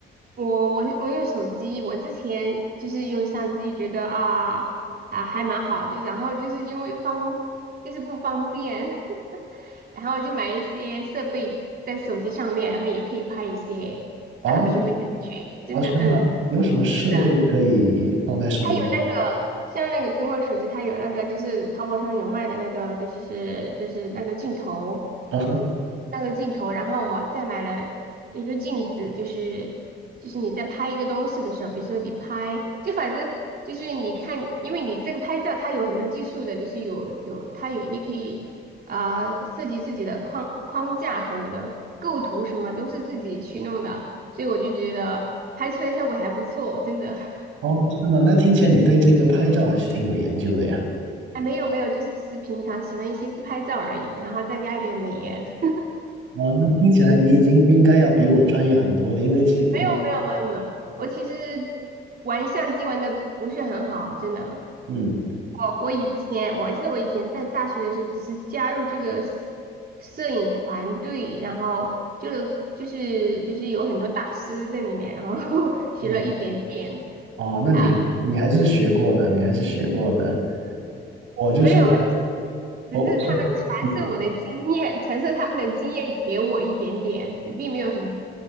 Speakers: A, on the right; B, on the right.
A: 我我我用手机，我之前就是用相机，觉得啊啊还蛮好，就然后就是因为方就是不方便，<laughs> 然后就买一些设备在手机上面，然后也可以拍一些大片的感觉，
B: 哦
A: 真的，
B: 哦，是吗？
A: 嗯，
B: 有什么设备可以放在手机？
A: 是的，它有那个像那个苹果手机，它有那个就是淘宝上有卖的那个就是就是那个镜头。
B: 啊哈，
A: 那个镜头，然后我再买了一个镜子，就是就是你在拍一个东西的时候，比如说你拍，就反正就是你看，因为你这个拍照它有很多技术的，就是有有它有你可以啊、呃设计自己的框框架什么的，构图什么都是自己去弄的，所以我就觉得拍出来效果还不错，真的。<laughs>
B: 哦，是吗？那听起来你对这个拍照还是挺有研究的呀。
A: 啊，没有没有，就是只是平常喜欢一些自拍照而已，然后再加一点美颜。<laughs>
B: 哦，那听起来你已经应该要比我专业很多了，因为其实，
A: 没有没有没有没有，我其实玩相机玩的不是很好，真的。
B: 嗯，
A: 我我以前我记得我以前在大学的时候，只是加入这个摄摄影团队，然后就了就是就是有很多大师在里面，然后 <laughs> 学了一点点
B: 嗯哦，那你你还是学过的，
A: 啊，
B: 你还是学过的。我就是
A: 没有，
B: 我我是
A: 只是他们传授我的经验，
B: 嗯，
A: 传授他们的经验给我一点点，并没有很多。